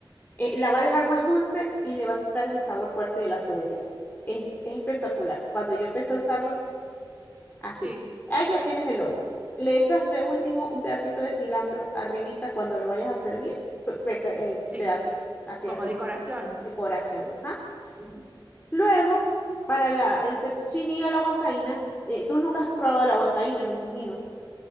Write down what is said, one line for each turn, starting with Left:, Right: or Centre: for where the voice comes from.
Left: Eh, la va a dejar más dulce y le va a quitar el sabor fuerte de la cebolla. Es, es espectacular. Cuando yo empecé a usarlo, Así.
Right: Sí,
Left: Ahí ya tienes el lomo. Le echas de último un pedacito de cilantro arribita cuando lo vayas a servir, pe- peca- eh,
Right: sí.
Left: pedacito hacia
Right: Como
Left: arriba.
Right: decoración.
Left: Decoración, ajá.
Right: Ujú.
Left: Luego, para la, el fettuccine o la huancaína, eh, tú nunca has probado la huancaína, me imagino.